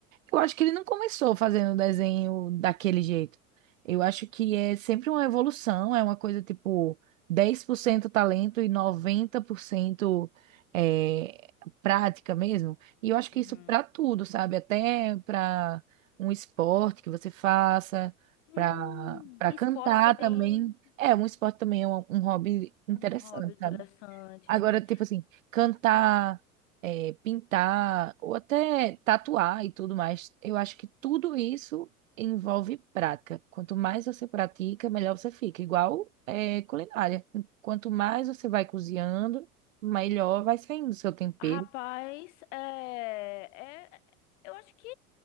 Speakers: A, on the right; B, on the left.
A: Eu acho que ele não começou fazendo desenho daquele jeito. Eu acho que é sempre uma evolução, é uma coisa tipo 10% talento e 90% é, prática mesmo. E eu acho que
B: uhum.
A: isso para tudo, sabe? Até para um esporte que você faça,
B: Hum,
A: para para
B: esporte
A: cantar
B: também.
A: também. É, um esporte também é um, um hobby interessante,
B: Um hobby interessante.
A: sabe? Agora, tipo assim, cantar, eh, pintar, ou até tatuar e tudo mais, eu acho que tudo isso envolve prática. Quanto mais você pratica, melhor você fica. Igual, é culinária. Quanto mais você vai cozinhando, melhor vai saindo o seu tempero.
B: Rapaz, é, é- eu acho que